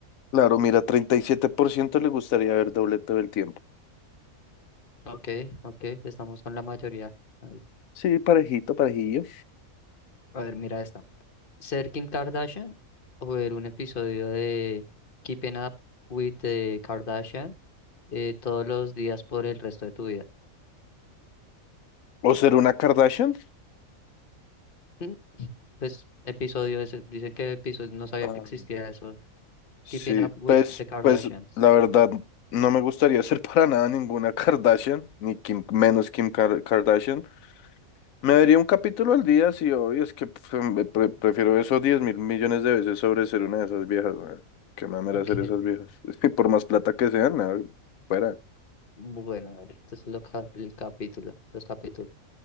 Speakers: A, on the left (about 75°); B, on the left (about 45°).
A: Claro, mira, 37% le gustaría ver doble todo el tiempo.
B: Ok, ok, estamos con la mayoría. Ahí.
A: Sí, parejito, parejillo.
B: A ver, mira esta. ¿Ser Kim Kardashian o ver un episodio de Keeping Up with the Kardashian eh, todos los días por el resto de tu vida?
A: ¿O ser una Kardashian?
B: Mm, Pues episodio ese, dicen que episodio, no sabía
A: Ah,
B: que existía eso.
A: Sí,
B: Keeping Up with
A: pues,
B: the Kardashians.
A: pues la verdad no me gustaría ser <laughs> para nada ninguna Kardashian, ni Kim, menos Kim Kar- Kardashian. Me daría un capítulo al día, sí, hoy es que pf, me pre- prefiero esos 10 mil millones de veces sobre ser una de esas viejas, weón. Qué mamera
B: Ok,
A: ser esas viejas. <laughs> Es que por más plata que sean, nada, fuera.
B: bueno, a ver, estos son los cap- el capítulo, los capítulos.